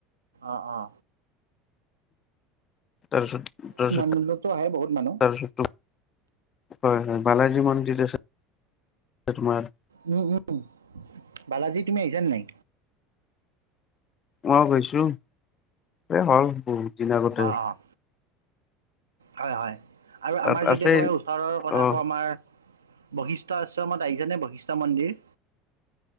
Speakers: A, on the right; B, on the left.
A: অ--অ
B: তাৰপিছত তাৰপিছত
A: উমানন্দতো আহে বহুত মানুহ৷
B: তাৰপিছত হয়, হয়, বালাজী মন্দিৰ আছে তোমাৰ৷
A: উম, উম, বালাজী তুমি আহিছানে নাই?
B: অ, গৈছো৷ এ হ'ল বহুত দিন আগতে৷
A: অ', অ', হয়, হয়, আৰু
B: তাত
A: আমাৰ যদি
B: আছে
A: একেবাৰে ওচৰৰ কথা
B: অ
A: কওঁ, আমাৰ বশিষ্ঠ আশ্ৰমত আহিছানে? বশিষ্ঠ মন্দিৰ?